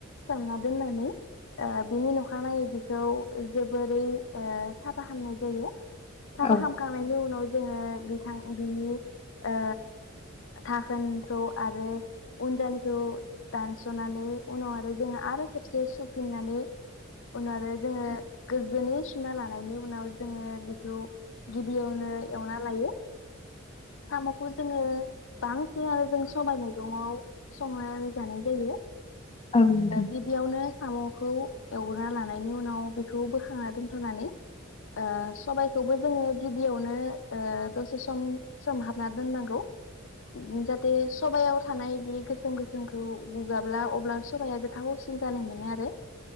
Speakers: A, on the left (about 65°); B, on the left (about 30°).
A: सोमना दोननानै ओ बिनि नखानायै बिखौ ओ जोबोरै साफाखालामनाय जायो। साफा
B: औ
A: खामखांनायनि उनाव जोङो बिथां बिनि ओ दाखोनखौ आरो उनजानिखौ दानस'नानै उनाव आरो जोंङो आरो खेबसे फिनानै उनाव आरो जोङो गोजोनै सुना लानायनि उनाव जोङो बेखौ गिबियावनो एवना लायो। साम खो जों जोङो बांसिनानो जों सबबाय मैगङाव संनानै जानाय जायो।
B: औ नोंथां।
A: गिबियावनो साम'खौ एवग्रोना लानायनि उनाव बेखौ बोखांना दोनथ'नानै ओ सबायखौबो जोङो गिबि बियावनो ओ दसे सम सोमहाबना दोननांगौ। जाथे सबायाव थानाय बे गोसोम गोसोमखौ गुगाब्ला अब्ला सबाया गोथावसिन जानाय मोनो आरो